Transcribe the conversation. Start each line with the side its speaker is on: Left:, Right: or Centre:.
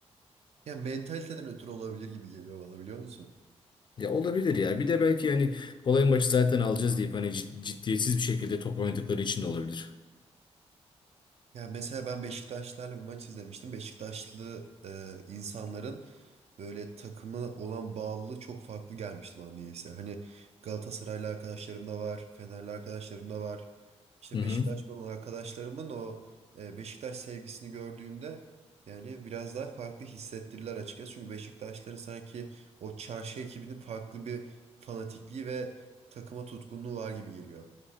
Right: Ya mentaliteden ötürü olabilir gibi geliyor bana biliyor musun?
Left: Ya olabilir ya. Bir de belki hani kolay maçı zaten alacağız deyip hani cid- ciddiyetsiz bir şekilde top oynadıkları için de olabilir.
Right: Ya mesela ben Beşiktaşlarla bir maç izlemiştim. Beşiktaşlı e, insanların böyle takımı olan bağlılığı çok farklı gelmişti bana niyeyse. Hani Galatasaraylı arkadaşlarım da var, Fenerli arkadaşlarım da var. İşte
Left: Hı
Right: Beşiktaşlı
Left: hı.
Right: olan arkadaşlarımın o e, Beşiktaş sevgisini gördüğümde yani biraz daha farklı hissettirdiler açıkçası. Çünkü Beşiktaşların sanki o çarşı ekibinin farklı bir fanatikliği ve takıma tutkunluğu var gibi geliyor.